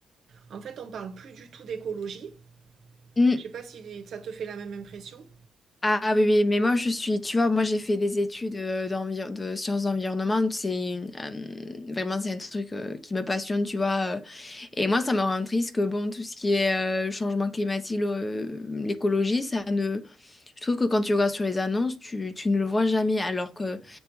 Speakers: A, on the right (about 65°); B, on the left (about 25°).
A: en fait, on ne parle plus du tout d'écologie.
B: Mm.
A: Je ne sais pas si ça te fait la même impression.
B: Ah oui, oui, mais moi je suis, tu vois, moi j'ai fait des études euh, d'envir- de sciences d'environnement, c'est une, euh, vraiment c'est un truc euh, qui me passionne, tu vois. euh. et moi ça me rend triste que bon, tout ce qui est euh, changement climatique, le- euh, l'écologie, ça ne... Je trouve que quand tu regardes sur les annonces, tu, tu ne le vois jamais, alors qu'il